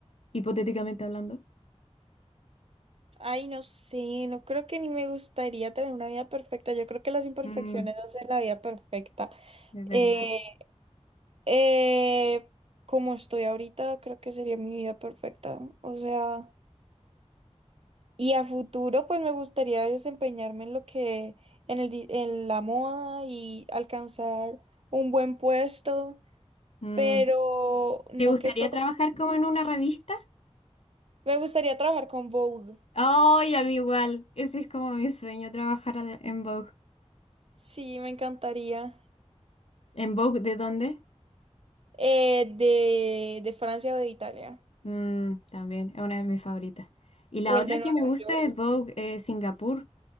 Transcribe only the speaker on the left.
hipotéticamente hablando?
Mm,
es
verdad.
Mm,
¿te gustaría
trabajar como en una revista?
Ay, a mí igual. Ese es como mi sueño, trabajar al- en Vogue.
¿En Vogue de dónde?
Mm, también, es una de mis favoritas. Y la
otra
que me gusta
es Vogue eh, Singapur.